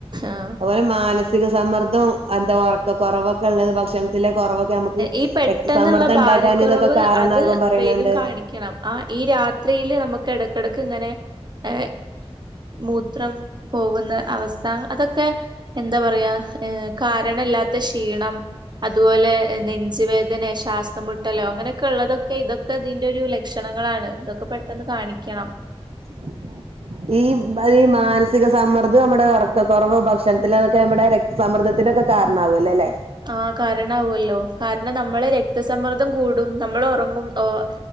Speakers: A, on the right; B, on the right.
A: ആഹ്
B: അഹ്പോലെ മ് മാനസിക സമ്മർദ്ദം എന്ത ഒറക്ക കൊറവൊക്കെ ഇള്ളത് ഭക്ഷണത്തിലെ കൊറവൊ ക്കെ ഞമ്മക്ക്
A: ഈ പെട്ടെന്നുള്ള
B: രക്തസമ്മർദ്ദം
A: ഭാരക്കുറവ്
B: ഇണ്ടാക്കാന് ഇതൊക്കെ കാരണാകും
A: അത്
B: പറേണ്
A: വേഗം
B: ണ്ട്
A: കാണിക്കണം ആ ഈ രാത്രിയില് നമ്മ് ക്ക്‌ എടക്കെടക്ക് ഇങ്ങനെ ഏ മൂത്രം പോകുന്ന അവസ് സ്ഥ അതൊക്കെ എന്താ പറയാ ഏ കാരണല്ലാത്ത ക്ഷീണം അതുപോലെ എഹ് നെഞ്ചുവേദനേ ശ്വാസമുട്ടലോ അങ്ങനെക്കെ ഇള്ളതൊക്കെ ഇതൊക്കെ ഇതിന്റെ ഒരു ലെ ക്ഷണങ്ങളാണ് ഇതൊക്കെ പെട്ടെന്ന് കാണിക്കണം
B: ഉം ഉം ഈ ബ ല്ല ഈ മാനസിക സമ്മർദ്ദം നമ്മടെ ഒറക്ക ക്കൊറവ് ഭക്ഷണത്തിലെ അതൊക്കെ നമ്മടെ രക് സമ്മർദ്ദത്തിനൊക്കെ കാരണാവൊല്ലെല്ലേ
A: ആഹ് കാരണാവൊല്ലോ കാരണം നമ്മളെ രക്തസമ്മർദ്ദം കൂടും നമ്മള് ഒറങ്ങ് ങ്ങും എഹ്